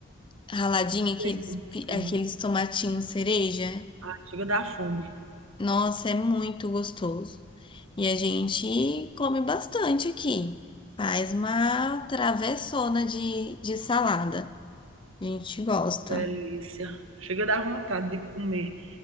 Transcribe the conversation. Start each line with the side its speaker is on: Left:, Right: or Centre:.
Left: raladinha, aqueles,
Right: sei como sei.
Left: pi- aqueles tomatinhos cereja.
Right: Ah, chega a dar fome.
Left: Nossa, é muito gostoso. E a gente come bastante aqui. Faz uma travessona de, de salada. A gente gosta.
Right: Delícia. Chega a dar vontade de comer.